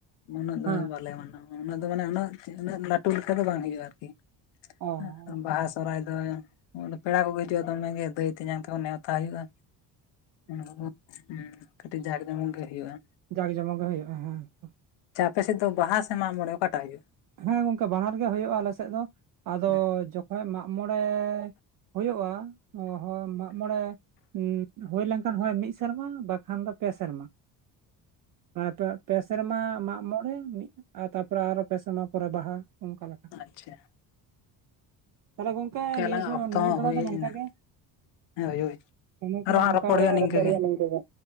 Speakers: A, on the left; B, on the right.
A: ᱩᱱᱟᱹᱜ
B: ᱦᱮᱸ
A: ᱫᱚ ᱵᱟᱞᱮ ᱢᱟᱱᱟᱣᱟ ᱩᱱᱟᱹᱜ ᱫᱚ ᱢᱟᱱᱮ ᱩᱱᱟᱹᱜ ᱩᱱᱟᱹᱜ ᱞᱟᱹᱴᱩ ᱞᱮᱠᱟ ᱫᱚ ᱵᱟᱝ ᱦᱩᱭᱩᱜᱼᱟ ᱟᱨᱠᱤ᱾ <inaudible>
B: ᱚ
A: ᱵᱟᱦᱟ ᱥᱚᱦᱚᱨᱟᱭ ᱫᱚ ᱯᱮᱲᱟ ᱠᱚᱠᱚ ᱦᱤᱡᱩᱜᱼᱟ ᱫᱚᱢᱮ ᱜᱮ ᱫᱟᱹᱭ ᱛᱮᱧᱟᱝ ᱛᱮᱠᱚ ᱱᱮᱣᱛᱟ ᱦᱩᱭᱩᱜᱼᱟ᱾ ᱩᱸ ᱦᱩᱸ ᱠᱟᱹᱴᱤᱡ ᱡᱠ ᱡᱚᱢᱚᱠ ᱜᱮ ᱦᱩᱭᱩᱜᱼᱟ᱾
B: ᱡᱟᱸᱠ ᱡᱚᱢᱚᱠ ᱜᱮ ᱦᱩᱭᱩᱜᱼᱟ ᱦᱮᱸ ᱛᱚ᱾
A: ᱪᱷᱟ ᱟᱯᱮᱥᱮᱫ ᱫᱚ ᱵᱟᱦᱟ ᱥᱮ ᱢᱟᱜᱚᱮ ᱚᱠᱟᱴᱟᱜ ᱦᱩᱭᱩᱜᱼᱟ?
B: ᱦᱮᱸ ᱜᱚᱝᱠᱮ ᱵᱟᱱᱟᱨ ᱜᱮ ᱦᱩᱭᱩᱜᱼᱟ ᱟᱞᱮ ᱥᱮᱫ ᱫᱚ ᱟᱫᱚ
A: ᱦᱩᱸ
B: ᱡᱚᱠᱷᱚᱡ ᱢᱟᱜ ᱢᱚᱬᱮ ᱦᱩᱭᱩᱜᱭᱼᱟ ᱚᱦᱚ ᱢᱟᱜᱢᱚᱲᱮ ᱩᱸ ᱦᱩᱭ ᱞᱮᱱᱠᱷᱟᱱ ᱦᱳᱭ ᱢᱤᱫ ᱥᱮᱨᱢᱟ ᱵᱟᱠᱷᱟᱱ ᱫᱚ ᱯᱮ ᱥᱮᱨᱢᱟ᱾ ᱯᱮ ᱯᱮ ᱥᱮᱨᱢᱟ ᱢᱟᱜ ᱢᱚᱬᱮ ᱢᱤᱜ ᱛᱟᱯᱚᱨᱮ ᱟᱨᱚ ᱯᱮ ᱥᱮᱨᱢᱟ ᱯᱚᱨᱮ ᱵᱟᱦᱟ ᱚᱱᱠᱟ ᱞᱮᱠᱟ᱾
A: ᱟᱪᱪᱷᱟ
B: ᱛᱟᱦᱞᱮ ᱜᱚᱝᱠ ᱱᱤᱭᱟᱹ
A: ᱟᱞᱟᱝᱟᱜ
B: ᱥᱚ
A: ᱚᱠᱛᱚ
B: ᱱᱤᱭᱟᱹ
A: ᱦᱚᱸ
B: ᱵᱮᱲᱟ
A: ᱦᱩᱭ
B: ᱫᱚ
A: ᱦᱮᱡ
B: ᱱᱚᱝᱠᱟ
A: ᱮᱱᱟ
B: ᱜᱮ,
A: ᱦᱮᱸ ᱦᱳᱭ ᱦᱳᱭ
B: ᱠᱚᱱᱚᱠᱚ
A: ᱟᱨᱚ
B: ᱵᱟᱝ
A: ᱦᱟᱸᱜ
B: ᱚᱝᱠᱟ ᱯᱚᱨᱮ
A: ᱦᱩᱭᱩᱜᱼᱟ
B: ᱟᱵᱟᱨ
A: ᱱᱤᱝᱠᱟᱹ
B: ᱨᱚᱯᱚᱲ ᱦᱳᱭᱳᱜᱼᱟ ᱱᱤᱝᱠᱟ. ᱜᱮ,